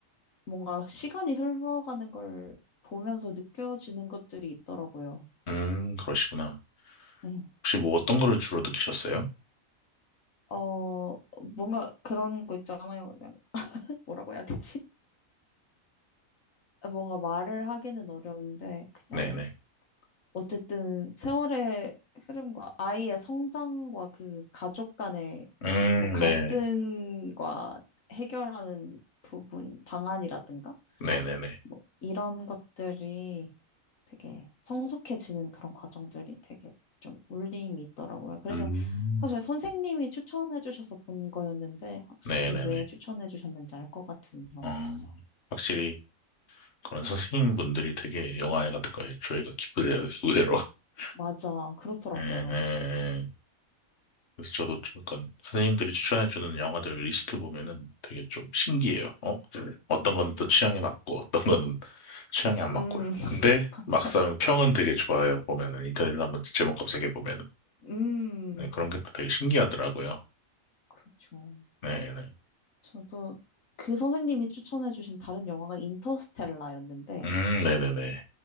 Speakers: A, on the left; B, on the left.
A: 뭔가 시간이 흘러가는 걸 보면서 느껴지는 것들이 있더라고요.
B: 음, 그러시구나.
A: 네.
B: 혹시 뭐 어떤 거를 주로 느끼셨어요?
A: 어, 뭔가 그런 거 있잖아요. 그냥 뭐라고 해야 되지? 뭔가 말을 하기는 어려운데, 그냥
B: 네네.
A: 어쨌든 세월의 흐름과 아이의 성장과 그 가족 간의
B: 음,
A: 뭐 갈등과
B: 네.
A: 해결하는 부분, 방안이라든가?
B: 네네네.
A: 뭐 이런 것들이 되게 성숙해지는 그런 과정들이 되게 좀 울림이 있더라고요. 그래서
B: 음,
A: 사실 선생님이 추천해 주셔서 본 거였는데 확실히
B: 네네네.
A: 왜 추천해 주셨는지 알 것 같은 영화였어요.
B: 어, 확실히 그런 선생님분들이 되게 영화 같은 거에 조예가 깊으세요, 의외로. <laughs>
A: 맞아. 그렇더라고요.
B: 예, 예, 예. 그래서 저도 좀 약간 선생님들이 추천해주는 영화들 리스트 보면은 되게 좀 신기해요. 어? 어떤
A: 음,
B: 건 또 취향에 맞고, 어떤 거는 취향에 안 맞고요.
A: 음,
B: 근데
A: <laughs> 맞아.
B: 막상 평은 되게 좋아요. 보면은 인터넷에 서 한번 제목 검색해 보면은
A: 음.
B: 네, 그런 게 또 되게 신기하더라고요.
A: 그렇죠.
B: 네네.
A: 저도 그 선생님이 추천해 주신 다른 영화가 인터스텔라였는데
B: 음, 네네네.